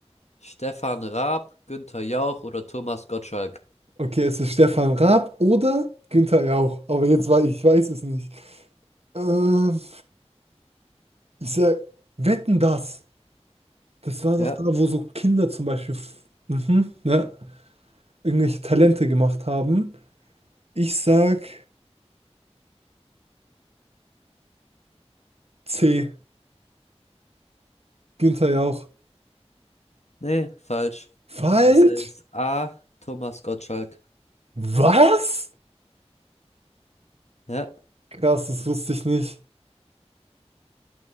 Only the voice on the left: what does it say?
Stefan Raab, Günther Jauch oder Thomas Gottschalk?
Ja,
nee, falsch.
Es ist A, Thomas Gottschalk.
Ja,